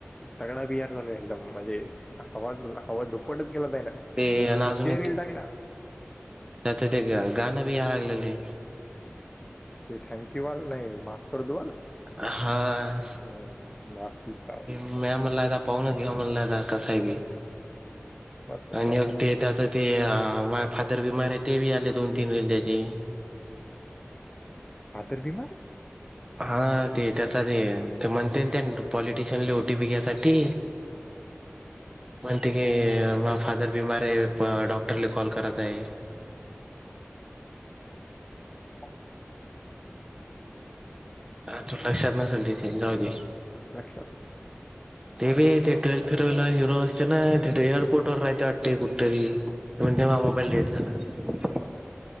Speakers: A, on the left; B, on the right.
A: तगडा बि, आर झालो एकदम म्हणजे. हवा हवाज दुप्पटच केला त्यांन
B: ते आणि अजून
A: इतके रिल टाकल्या.
B: तेथ गा भी या लागलेले.
A: ते थँक यू वाल नाही माफ कर दो वाला.
B: हा
A: ह नाशिक का.
B: मॅ मला लहदा पाहु न की मला ल कसय
A: मस्त आहे
B: आणि
A: मस्त
B: मग
A: आहे चांगलं
B: ते त्याच ते मा फादर बी मार आहे ते बी आले दोन तीन वेल त्याचे.
A: आदर बीमारी.
B: हा ते त्याचा ते ते म्हणते त्या पॉलिटिशियन ओटी पी घ्यासाठी.
A: <inaudible>
B: म्हणते की मदर फादर बिमार आहे डॉक्टरला कॉल करत आहे.
A: <inaudible>
B: आ लक्षात नसेल तिथे गावी.
A: लक्षात असत.
B: ते ब ते ट्वेल्थ फेरला हिरो असते ना एअरपोर्ट वर राहायं वाटते कुठंतरी पण तेव्हा मोबाईल डेट झाला.